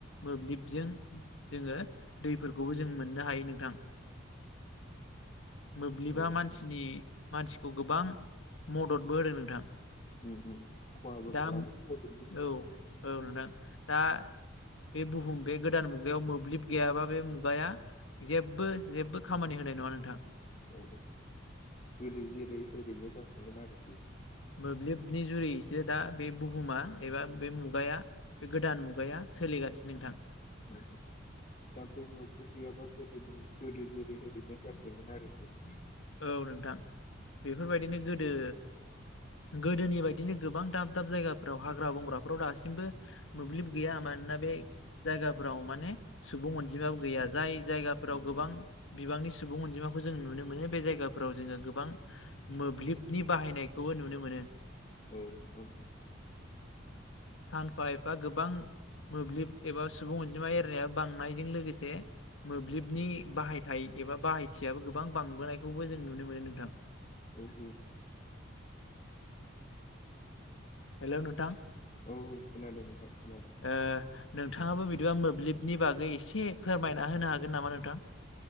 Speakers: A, on the left; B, on the left.
A: मोब्लिबजों जोङो दैफोरखौबो जों मोननो हायो नोंथां।
B: <inaudible>
A: मोब्लिबा
B: औ नोंथां
A: मानसिनि मानसिखौ गोबां मददबो होदों नोंथां।
B: उम उम खहाबो
A: दा
B: खालामो मददबो होयो
A: औ
B: आरोखि।
A: औ नोंथां। दा बे बुहुम बे गोदान मुगायाव मोब्लिब गैयाबा बे मुगाया जेबो जेबो खामानि हो नाय नङा नोंथां।
B: औ औ गोदो जेरै एरैनो जफिनगोन आरोखि।
A: मोब्लिबनि जुरैयैसो दा बे बुहुमा एबा बे मुगाया बे गोदान मुगाया सोलिगासिनो नोंथां।
B: <unintelligible> दा बे मोब्लिब गैयाबा गोदोनि गोदो जेरै ओरैनो जाफिनगोन आरोखि।
A: औ नोंथां। बेफोरबायदिनो गोदो
B: <inaudible>
A: गोदोनि बायदिनो गोबां दाब दाब जायगाफ्राव हाग्रा बंग्राफ्राव दासिमबो मोब्लिब गैया मानना बे जायगाफोराव माने सुबुं अनजिमाबो गैया। जाय जायगाफोराव
B: औ
A: गोबां बिबांनि सुबुं अनजिमाखौ जों नुनो मोनो बे जायगाफोराव जोङो गोबां मोब्लिबनि बाहायनायखौबो नुनो मोनो।
B: औ नोंथां औ।
A: सानफा एफा गोबां मोब्लिब एबा सुबुं अनजिमा एरनाया बांनायजों लोगोसे मोब्लिबनि बाहायथाय एबा बाहायथियाबो गोबां बांबोनायखौबो जों नुनो मोनो नोंथां।
B: औ औ नंगौ नोंथां।
A: हेलौ नोंथां।
B: औ खोनादों नोंथां। खोनादों
A: ओ नोंथाङाबो बिदिबा मोब्लिबनि बागै एसे फोरमायना होनो हागोन नामा नोंथां?